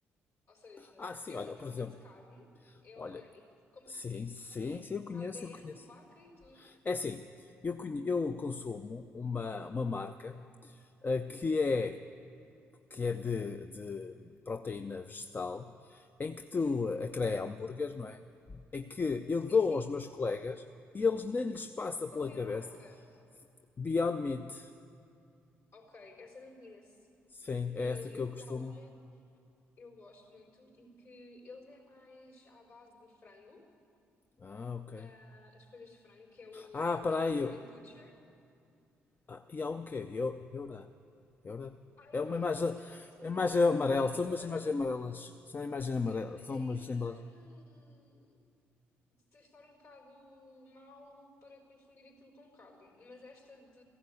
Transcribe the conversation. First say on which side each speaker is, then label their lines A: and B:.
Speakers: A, on the left; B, on the left.
A: Ou seja,
B: Ah, sim,
A: é
B: olha,
A: literalmente
B: por exemplo,
A: carne, é
B: olha,
A: orgânico, como
B: sim, sim, sim, eu conheço,
A: ADN
B: eu conheço.
A: de vaca e tudo.
B: É assim, eu, conhe- eu consumo uma, uma marca eh, que é que é de, de proteína vegetal, em que tu
A: Hum,
B: a creia hambúrgueres, não é? Em que eu
A: sim,
B: dou
A: sim.
B: aos meus colegas e eles nem lhes passa
A: Qual
B: pela
A: é
B: cabeça.
A: a marca?
B: Beyond Meat.
A: Ok, essa eu não conheço.
B: Sim, é
A: Mas
B: essa
A: eu,
B: que eu costumo.
A: há uma eu gosto muito e que eles é mais à base de frango,
B: Ah, ok.
A: ah, as coisas de frango, que é o
B: Ah,
A: da
B: peraí.
A: Vegetarian
B: eu-
A: Butcher.
B: Ah, e há um quê? Eu- Eura. Eura?
A: A
B: É
A: Eura,
B: uma imagem,
A: mas eu, olha, eu sou
B: imagem
A: sincera,
B: é amarela.
A: a Eura,
B: São umas imagens amarelas. São imagens amarelas.
A: yeah, a
B: São
A: a
B: umas
A: Eura
B: embalagens.
A: eh, de estar um bocado mal para confundir aquilo com carne, mas esta de,